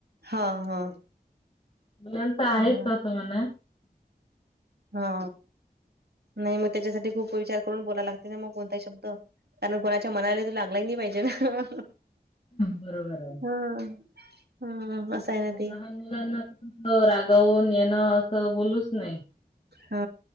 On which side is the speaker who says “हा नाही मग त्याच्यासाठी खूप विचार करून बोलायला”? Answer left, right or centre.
Right